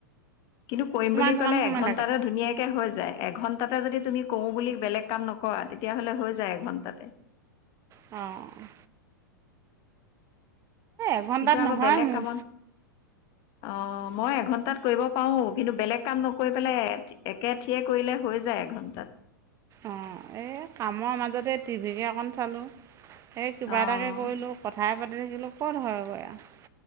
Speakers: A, on the left; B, on the right.
A: কিন্তু কৰিম বুলি
B: কিমান
A: ক'লে এঘন্টাতে
B: সময় লাগে
A: ধুনীয়াক হৈ যায় এঘণ্টাতে যদি তুমি কৰো বুলি বেলেগ কাম নকৰা তেতিয়াহ'লে হৈ যায় এঘণ্টাতে। <inaudible>
B: অ'। এঘণ্টাত
A: কিন্তু, আকৌ
B: নহয়
A: বেলেগ
B: মোৰ
A: কামত অ মই এঘণ্টাত কৰিব পাৰো কিন্তু বেলেগ কাম নকৰি পেলাই একেঠিয়ে কৰিলে হৈ যায় এঘণ্টাত।
B: অঁ এই কামৰ মাজতে টিভিকেই অকণ চালোঁ। সেই কিবা
A: অঁ
B: এটাকে কৰিলোঁ কথাই পাতি থাকিলোঁ ক'ত হয়গৈ আৰু।